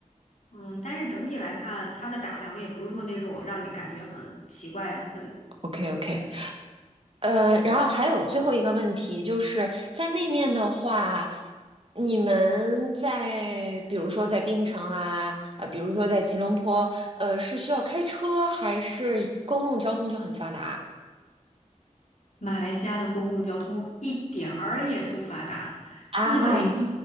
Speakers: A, on the left (about 65°); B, on the right (about 45°).
A: 嗯，但是整体来看，他的打量也不是说那种让你感觉很奇怪、很。
B: OK OK，
A: 那个。
B: 呃，然后还有最后一个问题，就是在那面的话，你们在比如说在槟城啊，呃，比如说在吉隆坡，呃，是需要开车还是公共交通就很发达
A: 马来西亚的公共交通一点儿也不发达，
B: 啊？
A: 基本上，